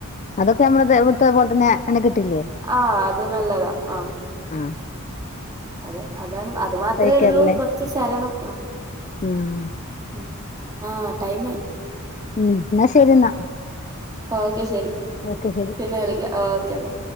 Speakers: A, on the left; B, on the right.
A: അതൊക്കെ നമ്മള ഇവിടുത്തെ പോലെ തന്നെ അങ്ങനെ കിട്ട ട്ടില്ലേ
B: ആഹ് അത് നല്ലതാ ആഹ്
A: ആ
B: അതെ അതാണ് അത് മാത്രേ
A: കഴിക്കാറില്ലേ
B: ഉള്ളൂ കൊറച്ച് ശരണം ആ
A: ഉം
B: മ് ആഹ് ടൈം ആയി
A: ഉം എന്നാ ശരി എന്നാ
B: ഓക്കെ ശെരി
A: ഓക്കെ ശരി
B: പിന്നെ വിളിക്കാം ഓക്കെ ബൈ